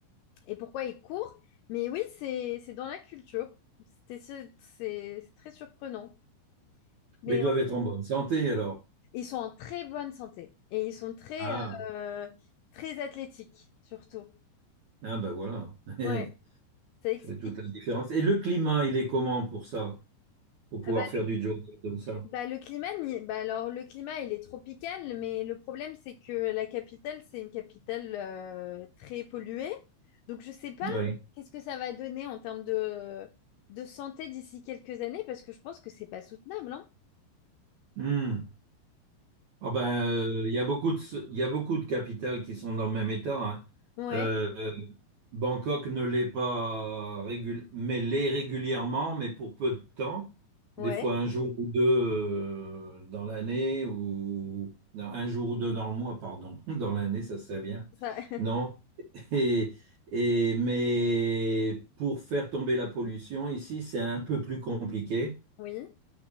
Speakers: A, on the left; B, on the right.
A: et pourquoi ils courent. Mais oui, c'est, c'est dans la culture. C'était, c'est c'est très surprenant. Mais
B: Mais ils doivent être en bonne santé alors.
A: ils sont en très bonne santé et ils sont très,
B: Ah,
A: euh, très athlétiques, surtout.
B: ah ben voilà. <laughs>
A: Ouais, ça explique.
B: Ça fait toute la différence. Et le climat, il est comment pour ça? Pour pouvoir
A: Ah Bah,
B: faire du jogging comme ça?
A: bah, le climat, ni- bah, alors le climat, il est tropical, mais le problème, c'est que la capitale, c'est une capitale euh, très polluée. Donc, je sais pas
B: Oui.
A: qu'est-ce que ça va donner en termes de, de santé d'ici quelques années, parce que je pense que c'est pas soutenable, hein.
B: Hmm. Ah ben, euh, il y a beaucoup de, il y a beaucoup de capitales qui sont dans le même état. hein.
A: Ouais,
B: Euh, euh, Bangkok ne l'est pas régul- mais l'est régulièrement, mais pour peu de temps. Des
A: ouais,
B: fois un jour ou deux euh, dans l'année ou non, un jour ou deux dans le mois, pardon. <laughs> Dans l'année, ça serait bien.
A: ça,
B: Non.
A: <laughs>
B: Et, et mais pour faire tomber la pollution ici, c'est un peu plus compliqué
A: oui.